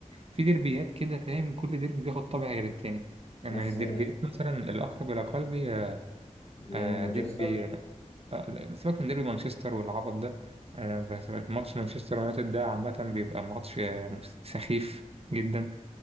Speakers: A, on the right (about 50°); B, on the left (about 50°).
A: في ديربيات كده فاهم كل ديربي بياخد طابع غير التاني يعني
B: الناس
A: الديربيات مثلا الأقرب إلى قلبي آه،
B: ديربي
A: آه،
B: مانشستر
A: ديربي آه، آه، سيبك من ديربي مانشستر والعبط ده آه، بس ماتش مانشستر يونايتد ده عامة بيبقى ماتش آه، سخيف جدا